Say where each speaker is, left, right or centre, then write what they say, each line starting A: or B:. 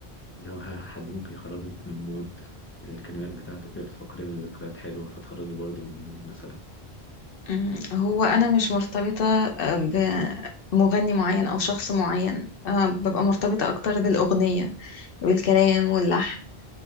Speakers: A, on the left; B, on the left.
A: لو ه- حد ممكن يخرجك من المود الكلمات بتاعته كده بتفكري بذكريات حلوة فتخرجي برضه من المود مثلا
B: أمم، هو انا مش مرتبطه آه، بمغني معين او شخص معين آه، ببقى مرتبطه اكتر بالاغنيه بالكلام واللحن